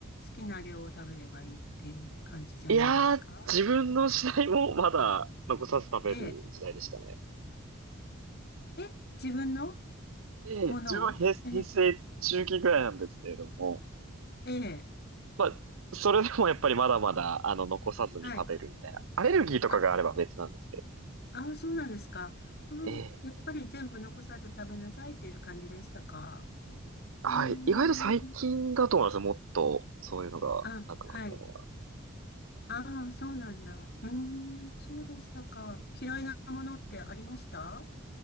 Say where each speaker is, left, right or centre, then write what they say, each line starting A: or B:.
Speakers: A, on the left; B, on the right.
A: きな量を食べればいいっていう感じじゃないですか
B: いやー、自分の時代もまだ残さず食べる時代でしたね。
A: ええ。え、自分の
B: ええ自分は平、
A: ものをええ、
B: 平成中期ぐらいなんですけれども、
A: ええ、
B: まあ、それでもやっぱりまだまだ、あの、残さずに食べるみたいな。
A: はい。
B: アレルギーとかがあれば別なんですけど。
A: あ、あ、そうなんですか。うん、
B: ええ
A: やっぱり全部残さず食べなさいっていう感じでしたか
B: はい。
A: うーん。
B: 意外と最近だと思いますよ。もっと、そういうのがなくなったのは。
A: あ、はい。ああ、そうなんだ。うーん、そうでしたか。嫌いなものってありました